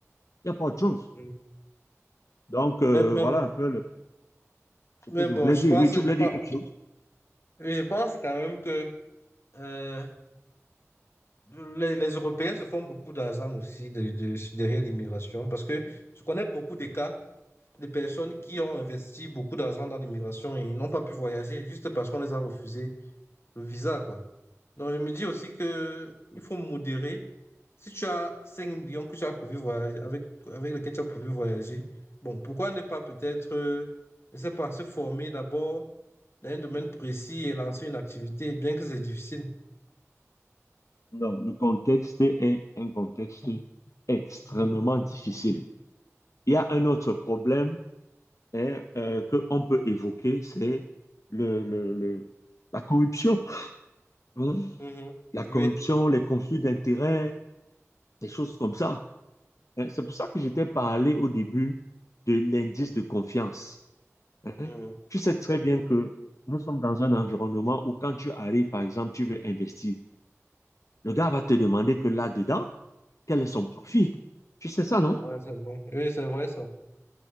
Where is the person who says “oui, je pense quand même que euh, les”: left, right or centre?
Left